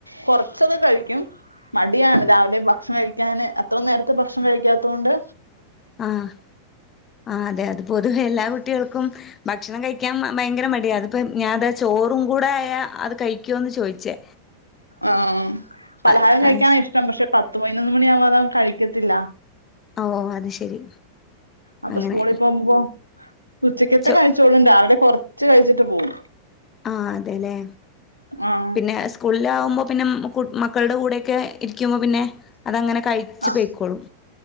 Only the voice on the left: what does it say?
ആഹ് ആഹ് അതെ അത് പൊതുവേ എല്ലാ കുട്ടികൾക്കും ഭക്ഷണം കഴിക്കാൻ ഭയങ്കര മടിയ. അപ്പം ഞാൻ താ ചോറും കൂടെ ആയ അത് കഴിക്കോന്ന് ചോയിച്ചേ.
ഓഹ്
അത് ശ
ഓ ഓ അത് ശെരി
അങ്ങനെ.
ചോ
ആ അതെല്ലേ
പിന്നെ സ്കൂളിലാമ്പോ പിന്നെ കു മക്കടെ കൂടെയൊക്കെ ഇരിക്കുമ്പോ പിന്നെ അതങ്ങനെ കഴിച്ച്
പൊയ്ക്കോളും